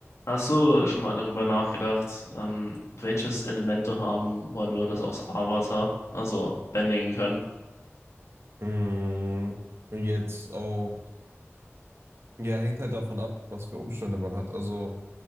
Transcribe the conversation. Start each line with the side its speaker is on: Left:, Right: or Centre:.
Left: Hast du schon mal darüber nachgedacht, ähm, welches Element du haben wollen würdest aus Avatar, also bändigen können?
Right: Mm, Jetzt auf, ja, hängt halt davon ab, was für Umstände man hat. Also